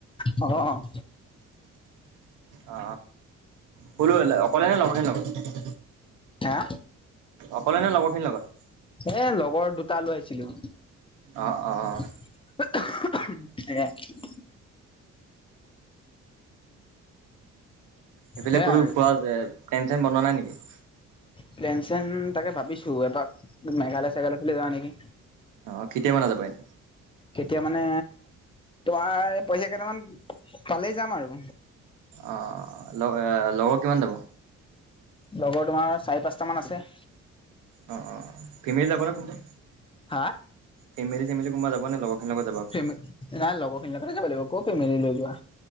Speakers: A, on the left; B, on the right.
A: অ'।
B: অ', অ' ক'লে আহিলা? অকলে নে লগৰ খিনিৰ লগত।
A: হা
B: অকলে নে লগৰখিনিৰ লগত?
A: এ লগৰ দুটা লৈ আহিছিলো।
B: অঁ, অঁ, অ'।
A: স <unintelligible>
B: এইফিলে
A: সেয়া
B: ক'তো যোৱা
A: আৰু
B: প্লেন চেন বনোৱা নাই নেকি?
A: প্লেন চেন তাকে ভাবিছোঁ এপাক মেঘালয় চেঘালয় ফালে যাৱ নেকি?
B: অঁ কেতিয়া মানে যাব পাৰি?
A: কেতিয়া মানে তোমাৰ পইচা কেইটামান পালেই যাম আৰু।
B: অঁ লগ লগৰ কিমান যাব?
A: লগৰ তোমাৰ চাৰি পাঁচটামান আছে।
B: অ', অ', অ' ফেমেলি যাব নে কোনোবা,
A: হা
B: ফেমেলি চেমেলি কোনোবা যাব নে লগত? যাবা অকল
A: নাই লগৰখিনিৰ লগতে যাব লাগিব, ক'ত ফেমেলি লৈ যোৱা।